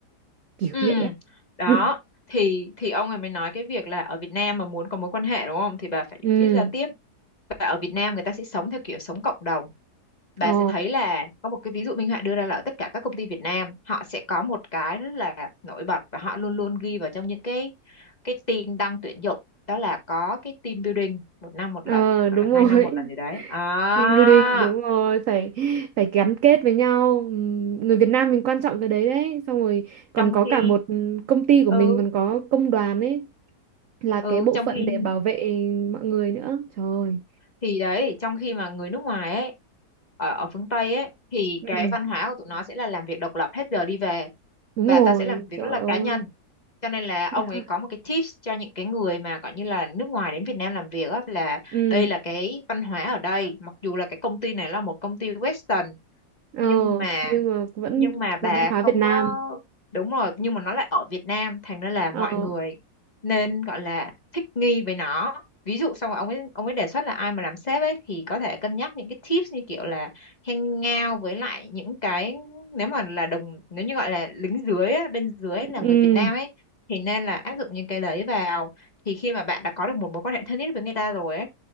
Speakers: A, on the right; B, on the left.
A: kiểu
B: ừ.
A: vậy á
B: đó
A: <laughs>
B: thì thì ông ấy mới nói cái việc là ở Việt Nam mà muốn có mối quan hệ đúng không thì bà phải
A: ừ
B: biết giao tiếp và ở Việt Nam người ta sẽ sống theo kiểu sống cộng đồng bà
A: ờ
B: sẽ thấy là có một cái ví dụ minh họa đưa ra là ở tất cả các công ty Việt Nam họ sẽ có một cái rất là nổi bật và họ luôn luôn ghi vào trong những cái cái tin đăng tuyển dụng đó là có cái team building một năm một
A: ờ
B: lần
A: đúng
B: hoặc là
A: rồi
B: hai năm một lần
A: <laughs>
B: gì đấy à
A: team building đúng rồi phải phải gắn kết với nhau Ừm, người Việt Nam mình quan trọng cái đấy đấy xong rồi còn
B: trong
A: có
B: khi
A: cả một công ty của
B: ừ
A: mình còn có công đoàn ấy là
B: ừ
A: cái bộ
B: trong
A: phận
B: khi
A: để bảo vệ mọi người nữa trời ơi.
B: thì đấy trong khi mà người nước ngoài ấy ở ở phương Tây ấy thì
A: ừ
B: cái văn hóa của tụi nó sẽ là làm việc độc lập hết giờ đi về
A: đúng
B: và
A: rồi
B: ta sẽ làm việc
A: trời
B: rất là
A: ơi
B: cá nhân cho nên là ông
A: <laughs>
B: ấy có một cái tips cho những cái người mà gọi như là nước ngoài đến Việt Nam làm việc á là
A: ừ
B: đây là cái văn hóa ở đây mặc dù là cái công ty này là một công ty Western
A: ờ
B: nhưng mà
A: nhưng mà vẫn
B: nhưng mà bà
A: văn hóa
B: không
A: Việt Nam
B: có đúng rồi nhưng mà nó lại ở Việt Nam thành ra là
A: ờ
B: mọi người nên gọi là thích nghi với nó ví dụ xong rồi ông ấy ông ấy đề xuất là ai mà làm sếp ấy thì có thể cân nhắc những cái tips như kiểu là hangout với lại những cái nếu mà là đồng nếu như gọi là lính dưới á, bên dưới
A: ừ
B: là người Việt Nam ấy thì nên là áp dụng những cái đấy vào thì khi mà bạn đã có được một mối quan hệ thân thiết với người ta rồi ấy